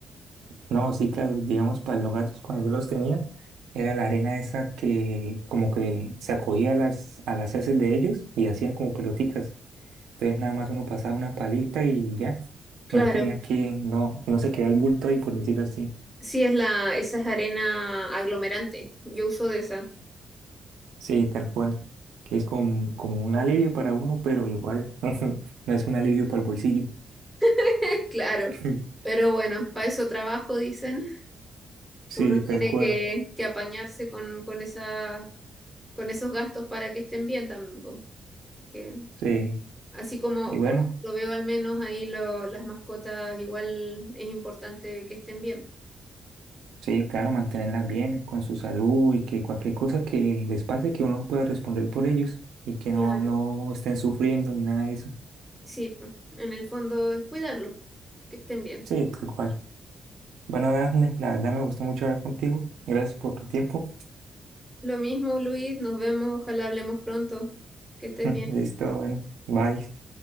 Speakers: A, on the right; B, in the centre.
A: No, sí, claro, digamos, para los gatos cuando yo los tenía, era la arena esa que como que se acogía a las, a las heces de ellos y hacían como peloticas. Entonces nada más uno pasaba una palita y ya,
B: Claro.
A: no tenía que, no, no se quedaba el bulto ahí, por decirlo así.
B: Sí, es la, esa es arena aglomerante. Yo uso de esa.
A: Sí, tal cual, que es como, como un alivio para uno, pero igual <laughs> no es un alivio para el bolsillo.
B: <laughs> Claro,
A: <laughs>
B: pero bueno, para eso trabajo, dicen.
A: Sí,
B: Uno tiene
A: tal cual,
B: que, que apañarse con, con esa, con esos gastos para que estén bien también. po. Que,
A: sí.
B: así como,
A: Y bueno.
B: como lo veo al menos ahí lo, las mascotas, igual es importante que estén bien.
A: Sí, claro, mantenerlas bien con su salud y que cualquier cosa que les pase, que uno pueda responder por ellos y que no,
B: Claro,
A: no estén sufriendo ni nada de eso.
B: sí, po. en el fondo es cuidarlos, que estén bien.
A: Sí, tal cual. Bueno, Dafne, la verdad me gustó mucho hablar contigo. Gracias por tu tiempo.
B: Lo mismo, Luis, nos vemos, ojalá hablemos pronto, que estés
A: <laughs>
B: bien.
A: Listo, bueno, bye.